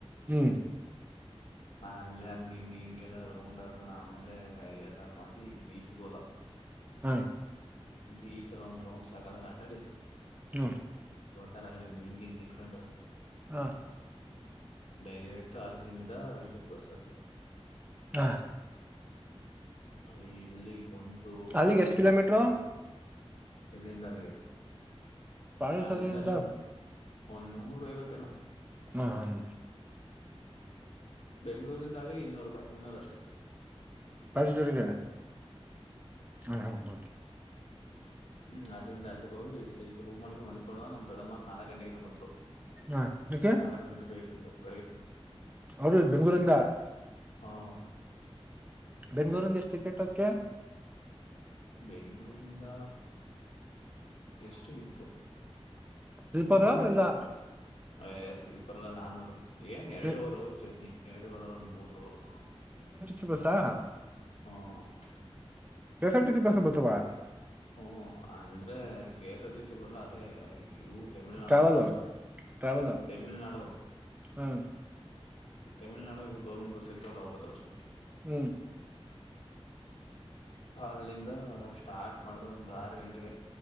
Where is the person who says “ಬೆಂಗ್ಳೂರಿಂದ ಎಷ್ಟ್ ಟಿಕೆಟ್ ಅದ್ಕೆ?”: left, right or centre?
Right